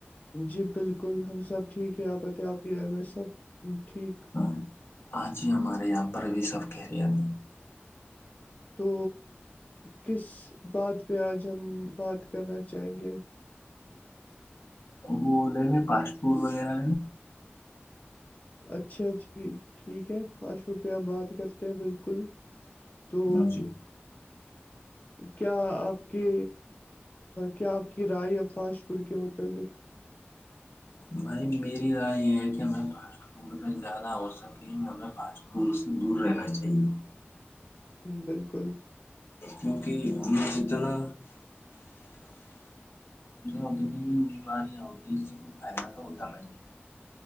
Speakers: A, on the left; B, on the left.
A: جی بالکل ہم سب ٹھیک ہے آپت آپ کے گھر میں سب ٹھیک
B: ہاں آ ج ہی ہمارے یہاں پر بھی سب کہہ رہی ہم
A: تو کس بات پہ آج ہم بات کرنا چاہیں گے
B: وہ رہے پاسٹ فورٹ وغیرہ
A: اچھا جی ٹھیک ہے فاسٹ فوڈ پہ ہم بات کرتے ہیں بالکل تو
B: ہاں جی
A: کیا آپ کے کیا آپ کی رائے ہے فاسٹ فوڈ کے متعلق
B: بھائی میری رائے یہ ہے کہ ہمیں پ کا زیادہ ہو سکے ہمیں پانچ فول سے دور رہنا چاہیے
A: بالکل
B: بک م جدنا اتنی بیماریاں ہوتی ہیں اس سے کچئی فائدہ تو ہوتا نہیں